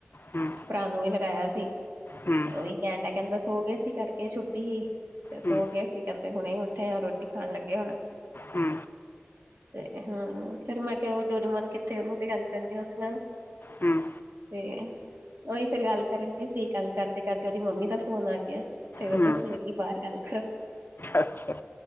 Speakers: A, on the left; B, on the right.
A: ਹੂੰ
B: ਭਰਾ ਨੂੰ ਵੀ ਲਗਾਇਆ ਸੀ। ਤੇ
A: ਹੂੰ
B: ਉਹੀ ਕਹਿਣ ਡਿਆ, ਕਹਿੰਦਾ ਸੋ ਗਏ ਸੀ ਕਰਕੇ ਛੁੱਟੀ। ਤੇ ਸੋ
A: ਹੂੰ
B: ਗਏ ਅਸੀਂ ਕਹਿੰਦੇ ਹੁਣੇ ਉੱਠੇ ਆ ਰੋਟੀ ਖਾਣ ਲੱਗੇ ਹੁਣ।
A: ਹੂੰ!
B: ਤੇ ਹੂੰ, ਫਿਰ ਮੈਂ ਕਿਹਾ ਡੋਰੀਮੋਨ ਕਿੱਥੇ ਉਨੂ ਪੇ ਗੱਲ ਕਰਨੀ ਉਹਦੇ ਨਾਲ।
A: ਹੂੰ
B: ਤੇ, ਉਹੀ ਫਿਰ ਗੱਲ ਕਰਨ ਡਈ ਸੀ ਗੱਲ ਕਰਦੇ-ਕਰਦੇ ਉਹਦੀ ਮੰਮੀ ਦਾ ਫੋਨ ਆ ਗਿਆ। ਫੇਰ ਉਹ
A: ਹੂੰ
B: ਤਾਂ <unintelligible> ਚਲੇ ਗਈ, ਬਾਹਰ ਗੱਲ ਕਰੋ।
A: ਅੱਛਾ।